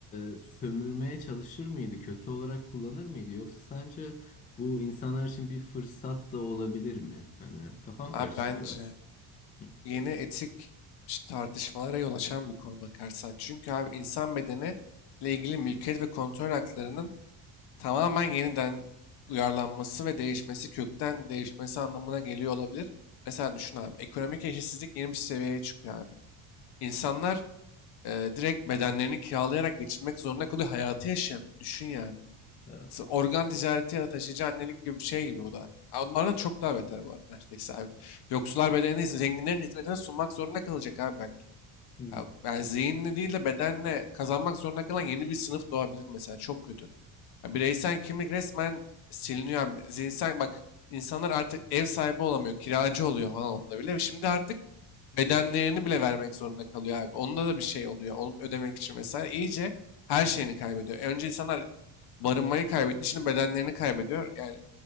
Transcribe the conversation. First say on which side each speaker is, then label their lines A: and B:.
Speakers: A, on the left; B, on the left.
A: e, sömürmeye çalışır mıydı, kötü olarak kullanır mıydı? Yoksa sence bu insanlar için bir fırsat da olabilir mi? Hani kafam
B: Abi
A: karıştı
B: bence
A: biraz. <laughs> Hı.
B: yeni etik ş- tartışmalara yol açan bir konu bakarsan. Çünkü abi insan bedeniyle ile ilgili mülkiyet ve kontrol haklarının tamamen yeniden uyarlanması ve değişmesi, kökten değişmesi anlamına geliyor olabilir. Mesela düşün abi, ekonomik eşitsizlik yeni bir seviyeye çıkıyor abi. İnsanlar e, direkt bedenlerini kiralayarak geçinmek zorunda kalıyor, hayatı yaşayamıyor. Düşün yani.
A: Evet.
B: s- organ ticareti ya da taşıyıcı annelik gibi bir şey gibi bu da. Ha, Onlardan çok daha beter bu arada neredeyse abi. Yoksullar bedenini ise zenginlerin hizmetine sunmak zorunda kalacak abi belki.
A: Hı hı.
B: Ya, yani zihinle değil de bedenle kazanmak zorunda kalan yeni bir sınıf doğabilir mesela. Çok kötü. Ya Bireysel kimlik resmen siliniyor. abi. Zihinsel bak insanlar artık ev sahibi olamıyor. Kiracı oluyor falan onda bile. Şimdi artık bedenlerini bile vermek zorunda kalıyor abi. Onda da bir şey oluyor. Onu ödemek için mesela iyice her şeyini kaybediyor. Önce insanlar barınmayı kaybetti. Şimdi bedenlerini kaybediyor. Yani